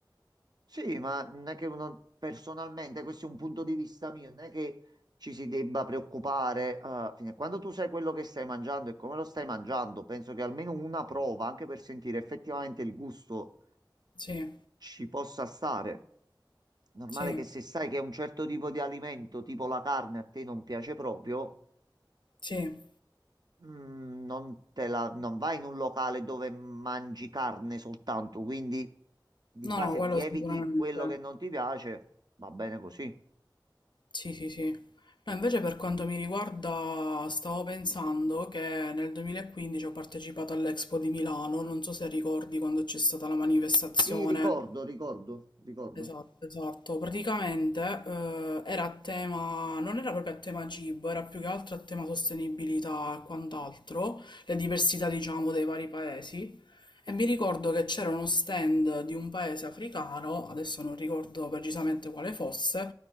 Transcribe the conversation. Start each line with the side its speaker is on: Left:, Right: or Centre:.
Right: Sì, ma non è che uno personalmente, questo è un punto di vista mio, non è che ci si debba preoccupare. eh, fine- quando tu sai quello che stai mangiando e come lo stai mangiando, penso che almeno una prova, anche per sentire effettivamente il gusto,
Left: Sì,
Right: ci possa stare. Normale
Left: sì,
Right: che se sai che un certo tipo di alimento, tipo la carne, a te non piace proprio,
Left: sì,
Right: mm, non te la- non vai in un locale dove mangi carne soltanto. Quindi di
Left: no,
Right: base
Left: no, quello
Right: ti eviti
Left: sicuramente.
Right: quello che non ti piace, va bene così.
Left: Sì, sì, sì. No, invece per quanto mi riguarda, stavo pensando che nel 2015 ho partecipato all'Expo di Milano, non so se ricordi quando c'è stata la manifestazione
Right: Sì, ricordo, ricordo, ricordo.
Left: Esatto, esatto. Praticamente eh, era a tema, non era proprio a tema cibo, era più che altro a tema sostenibilità e quant'altro, le diversità, diciamo, dei vari paesi. E mi ricordo che c'era uno stand di un paese africano, adesso non ricordo precisamente quale fosse,